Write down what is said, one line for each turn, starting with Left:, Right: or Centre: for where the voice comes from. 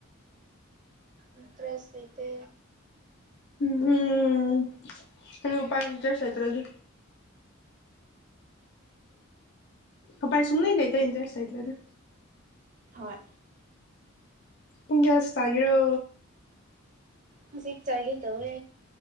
Right: ꯏꯟꯇ꯭ꯔꯦꯁ ꯂꯩꯇꯦ
Left: ꯎꯝꯍꯝ ꯀꯔꯤ ꯎꯄꯥꯥꯏ ꯂꯩ ꯏꯟꯇꯔꯦꯁ ꯂꯩꯇ꯭ꯔꯗꯤ ꯎꯄꯥꯏ ꯁꯨꯡꯂꯩ ꯂꯩꯇ꯭ꯔꯦ ꯏꯟꯇꯔꯦꯁ ꯂꯩꯇ꯭ꯔꯗꯤ
Right: ꯍꯣꯏ
Left: ꯄꯨꯨꯡ ꯀꯌꯥ ꯆꯥꯒꯦꯔꯣ
Right: ꯍꯧꯖꯤꯛꯆꯥꯒꯦ ꯇꯋꯦ